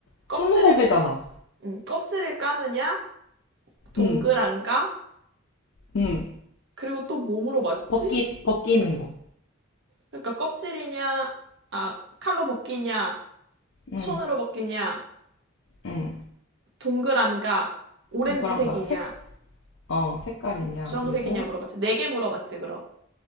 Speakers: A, on the right (about 60°); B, on the left (about 65°).
A: 껍질을
B: 스무 곡이잖아.
A: 음, 껍질을 까느냐? 동그란가?
B: 음, 음.
A: 그리고 또 몸으로 맞지?
B: 벗기, 벗기는 거.
A: 그러니까 껍질이냐? 아, 칼로 벗기냐?
B: 음.
A: 손으로 벗기냐?
B: 응,
A: 동그란가? 오렌지색이냐?
B: 동그란가? 색, 어, 색깔이냐?
A: 주황색이냐
B: 그리고,
A: 물어봤지. 네 개 물어봤지, 그럼.